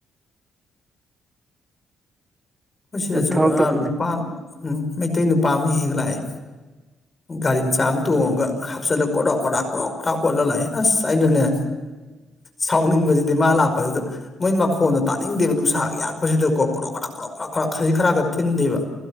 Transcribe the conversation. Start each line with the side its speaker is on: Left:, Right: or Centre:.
Left: ꯑꯩꯈꯣꯏ ꯁꯤꯗꯁꯨ
Right: ꯑꯗꯨꯝ ꯊꯧꯔꯛꯇꯧꯕꯅꯦ
Left: ꯅꯨꯄꯥ ꯃꯩꯇꯩ ꯅꯨꯄꯥ ꯑꯃ ꯍꯦꯛ ꯍꯦꯛ ꯂꯥꯛꯑꯦ
Right: <inaudible>
Left: ꯒꯥꯔꯤ ꯃꯆꯥ ꯑꯃ ꯇꯣꯡꯉꯒ ꯍꯥꯞꯆꯜꯂ ꯀꯣꯔꯣꯛ ꯀꯔꯥꯛ ꯀꯣꯔꯣꯛ ꯀꯔꯥꯛ ꯑꯣꯠꯂ ꯂꯥꯛꯑꯦ ꯑꯁ ꯑꯩꯅꯅꯦ ꯁꯥꯎꯅꯤꯡꯕꯁꯤꯗꯤ ꯃꯥ ꯂꯥꯛꯄ ꯑꯗꯨꯗꯣ ꯃꯣꯏ ꯃꯈꯣꯟꯗ ꯇꯥꯅꯤꯡꯗꯦꯕ ꯅꯨꯡꯁꯥ ꯌꯥꯛꯄꯁꯤꯗꯀꯣ ꯀꯣꯔꯣꯛ ꯀꯔꯥ ꯀꯣꯛ ꯈꯨꯔꯥꯛ ꯈꯨꯔꯥꯛ ꯈꯖꯤ ꯈꯔꯥꯛꯀꯥ ꯊꯤꯟꯗꯦꯕ